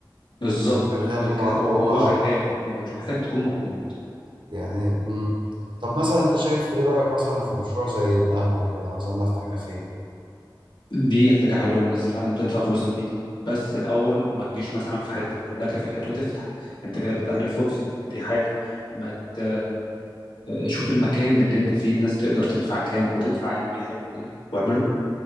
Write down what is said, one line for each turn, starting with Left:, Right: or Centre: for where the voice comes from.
Left: بالظبط
Right: شغال
Left: بيك-
Right: لوحده
Left: هو
Right: هو
Left: هو شغال انت مش محتاج تكون موجود
Right: يعني مم. طب مثلا انت شايف ايه رأيك مثلا في مشروع زي القهوة كده مثلا نفتح كافيه
Left: دي حاجه حلوه والناس فعلا بتدفع فلوسها فيها بس الاول ما تجيش مثلا في حته يقول لك في حته وتفتح انت كده بتقلل فرصه دي حاجه ما ت... شوف المكان اللي انت فيه الناس تقدر تدفع كام وتدفع ايه وبيحبوا ايه واعمله له